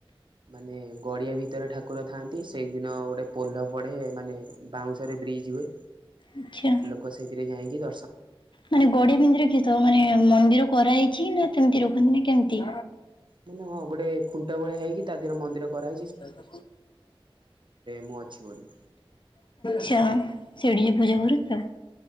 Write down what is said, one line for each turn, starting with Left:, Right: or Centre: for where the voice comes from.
Right: ମାନେ ଗଡିଆ ଭିତରେ ଠାକୁର ଥାନ୍ତି ସେଇଦିନ ଗୋଟେ ପୋଲ ପଡେ ମାନେ ବାଉଁଶରେ ବ୍ରିଜ୍ ହୁଏ
Left: ଆଚ୍ଛା
Right: ଲୋକ ସେଇଥିରେ ଯାଇକି ଦ
Left: ମାନେ ଗଡିଆ ବିନ୍ଧିରେ କିଷ ମାନେ ମନ୍ଦିର କରାହେଇଛି ନା ସେମତି ରଖନ୍ତି ନା କେମିତି?
Right: ମାନେ ହଁ ଗୋଟେ ଖୁଣ୍ଟ ଭଳିଆ ହେଇକି ତା ଦିହରେ ମନ୍ଦିର କରା
Left: ଆଛା।
Right: ମୁଁ ଅଛି ବୋଲି।
Left: ସେଠିକି ପୂଜା କରୁ ତା